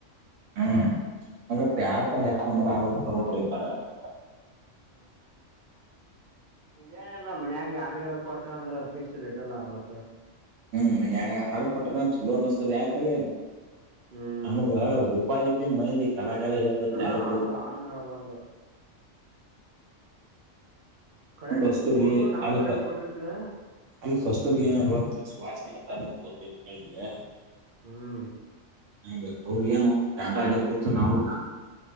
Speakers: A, on the right (about 80°); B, on the right (about 45°).
A: ಹ್ಮ್
B: ಹಂ
A: ಪ್ಯಾಟ
B: ಅದ ಫ್ಯಾಟ್
A: ಹಚ್ಕೊಂಡ್ರ
B: ಹೆಚ್ಚ್
A: ಅರಾಮ್ ತಗೊಡ್ತಿರ್ತಾರ
B: <unintelligible> ಹ
A: <inaudible>
B: ಇದೇನ ಇಲ್ಲ ಮನ್ಯಾಗ ಯಾರಿಗರಾ ಕೊಟ್ರ ಅಂದ್ರ ಫಿಕ್ಸ್ಡ್ ರೇಟ್ ಲಾ ಆರ್ವತ್ತ.
A: ಹ್ಮ ಮನ್ಯಾಗ ಹರದ ಕೊಟ್ರನ ಚಲೋ ಅನಸ್ತದ್ ಯಾಕ್ ಅಲೆ
B: ಹ್ಮ್
A: ನಮಗ ಉಪ್ಪಾದಿಪಿ ಮಂದಿ ಕಲಾಕಲ ಹೇಳ್ತದ
B: ಹಾ
A: ಅದಕ್ಕ
B: ಅದ ಹಂಗ ಆಗಬಾರ್ದು ಕರೆಕ್ಟ್
A: ಕಸ್ತೂರಿ
B: ಕೊಡು ನಾವು
A: ಅಲ್ಲಕ್
B: ಕರೆಕ್ಟ್ ಕೊಟ್ಟಿರ್ತೀವ
A: ಅಲ್ಲ ಕಸ್ತೂರ್ಗೆ ಏನ ಗೊತ್ತ್ ಸುವಾಸನೆ <unintelligible>
B: ಹ್ಮ್
A: ಹ ಅವ್ರಿಗ ಏನು <unintelligible> ಇಲ್ಲ ಕೂತು ನಾವನು